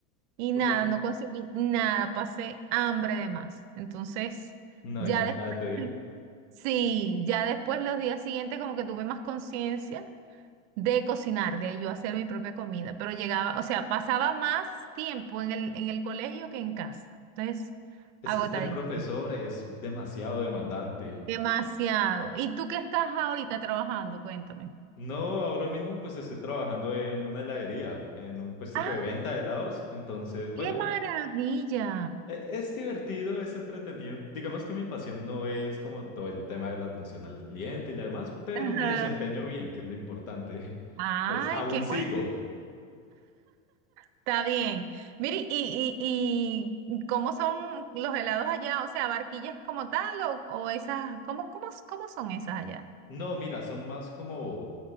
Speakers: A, on the right; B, on the left.
A: y nada,
B: Okay.
A: no conseguí nada, pasé hambre de más. Entonces,
B: No,
A: ya
B: imagínate,
A: después, sí, ya después los días siguientes como que tuve más conciencia de cocinar, de yo hacer mi propia comida, pero llegaba, o sea, pasaba más tiempo en el, en el colegio que en casa. Entonces,
B: es
A: agotadísimo.
B: que ser profesor es demasiado demandante.
A: Demasiado. ¿Y tú qué estás ahorita trabajando? Cuéntame.
B: No, ahora mismo pues estoy trabajando en una heladería, en un puestico
A: ¡Ah,
B: de venta de helados, entonces, bueno.
A: qué maravilla!
B: E- Es divertido, es entretenido. Digamos que mi pasión no es como todo el tema de la atención al cliente y lo demás, pero
A: Ajá.
B: me desempeño bien, que es lo importante. <laughs>
A: Ay,
B: Pues aún
A: qué
B: sigo.
A: bueno. Está bien. Mire, ¿y, y, y cómo son los helados allá? O sea, ¿barquillas como tal o, o esas, cómo, cómo, cómo son esas allá?
B: No, mira, son más como